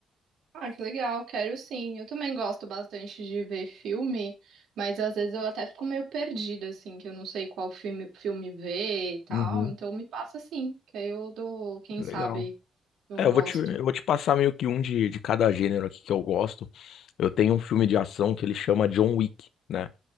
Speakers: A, on the right; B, on the left.
A: Ah, que legal, quero sim. Eu também gosto bastante de ver filme, mas às vezes eu até fico meio perdida, assim, que eu não sei qual filme, filme ver e tal.
B: Uhum,
A: Então me passa assim, que aí eu dou, quem
B: legal.
A: sabe, eu
B: É,
A: não
B: eu
A: gosto.
B: vou te, eu vou te passar meio que um de, de cada gênero aqui que eu gosto. Eu tenho um filme de ação que ele chama John Wick. né?